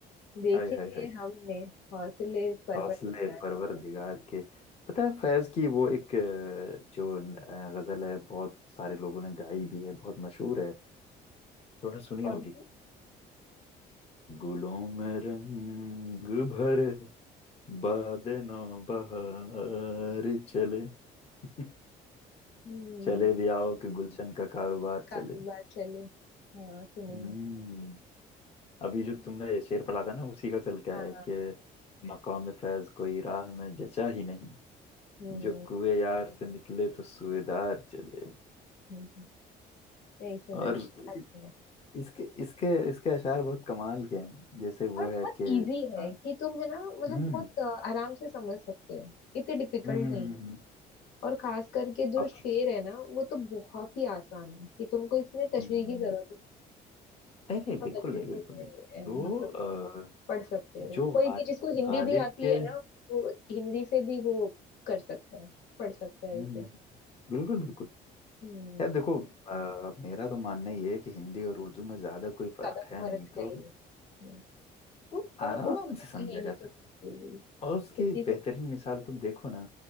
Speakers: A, on the left; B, on the left.
A: देखे
B: आय हाय
A: हैं
B: हाय
A: हमने हौसले परवरदिगार
B: हौसले हौसले परवरदिगार के पता है फैज की वो एक अ, जो अ, गजल है बहुत सारे लोगों ने गाई भी है बहुत मशहूर है तूने सुनी
A: कौन
B: होगी
A: से
B: गुलों में रंग भर बाद नौ बहार चले <laughs>
A: हम्म
B: चले भी आओ कि गुलशन का कारोबार
A: कारोबार
B: चले
A: चले हाँ सुनिए
B: हम्म अभी जो तुमने ये शेर पढ़ा था ना उसी का गजल का
A: हाँ
B: है
A: हाँ,
B: कि मकाम फैज कोई राह में जचा ही नहीं
A: हम्म
B: जो कुए यार से निकले तो सुएदार चले
A: हम्म, हम्म, नहीं सुना
B: और
A: है
B: इस-
A: अच्छा है
B: इसके इसके इसके अशार बहुत कमाल के हैं जैसे वो
A: और बहुत
B: है कि
A: इजी है
B: अ,
A: कि तुम है ना मतलब
B: हम्म
A: बहुत अ, आराम से समझ सकते हो इतने डिफिकल्ट
B: हम्म
A: नहीं
B: हम्म हम्म,
A: और खास करके जो
B: अब-
A: शेर है ना वो तो बहुत ही आसान है कि तुमको इसमें तशरीह
B: हम्म,
A: की जरूरत है
B: नहीं नहीं
A: बहुत
B: बिल्कुल
A: अच्छे
B: नहीं
A: से
B: बिल्कुल नहीं
A: अ,
B: जो
A: मतलब
B: अ,
A: पढ़ सकते
B: जो
A: हो कोई
B: गाल,
A: भी जिसको हिंदी
B: गालिब
A: भी आती
B: के हम्म,
A: है ना वो हिंदी से भी वो कर सकता है पढ़ सकता है
B: हम्म,
A: इसे
B: हम्म। बिल्कुल बिल्कुल
A: हम्म
B: यार देखो अ, मेरा तो मानना ये है कि हिंदी और उर्दू में ज्यादा कोई
A: ज्यादा
B: फर्क है
A: फर्क
B: नहीं तो,
A: है ही नहीं। हम्म,
B: तो
A: और
B: आराम
A: उर्दू तो
B: से समझा
A: यहीं
B: जा
A: से
B: सकता
A: सीखी हुई,
B: है। और उसकी
A: हिंदी
B: बेहतरीन
A: से तो।
B: मिसाल तुम देखो ना